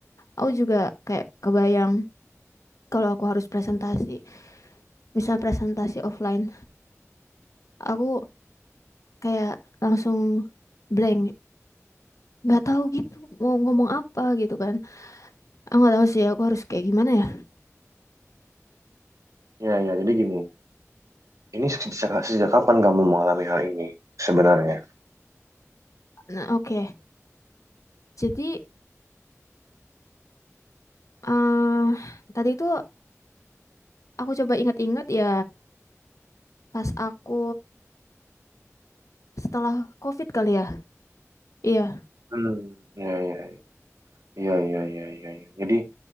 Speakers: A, on the left; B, on the right.
A: Aku juga kayak kebayang kalau aku harus presentasi, misalnya presentasi offline, aku kayak langsung blank nggak tahu gitu mau ngomong apa gitu kan aku nggak tahu sih aku harus kayak gimana ya
B: Ya, ya, jadi gini, ini sejak, sejak kapan kamu mengalami hal ini sebenarnya?
A: nah oke jadi eh tadi itu aku coba ingat-ingat ya pas aku setelah COVID kali ya iya
B: Hmm. Ya, ya, ya, ya, ya, ya, ya. Jadi,